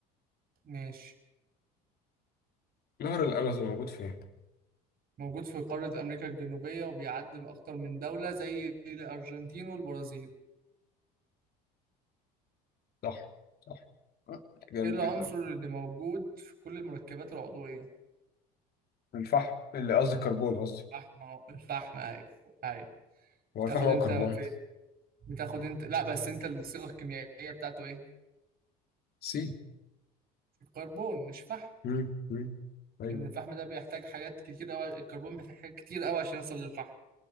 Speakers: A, on the right; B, on the left.
A: ماشي
B: نهر الأمازون موجود فين؟
A: موجود في قارة أمريكا الجنوبية وبيعدي بأكتر من دولة زي الأرجنتين والبرازيل
B: صح صح جامد
A: ايه العنصر
B: جدا
A: اللي موجود في كل المركبات العضوية
B: الفحم اللي قصدي الكربون قصدي
A: الفحم أهو، الفحم أيوه أيوه
B: هو
A: بتاخد
B: الفحم هو
A: انت
B: الكربون
A: في بتاخد انت لا بس انت الصيغة الكيميائية بتاعته ايه
B: سي
A: كربون مش فحم
B: مم. مم. ايوه
A: ان الفحم ده بيحتاج حاجات كتير قوي الكربون بيحتاج حاجات كتير قوي عشان يوصل للفحم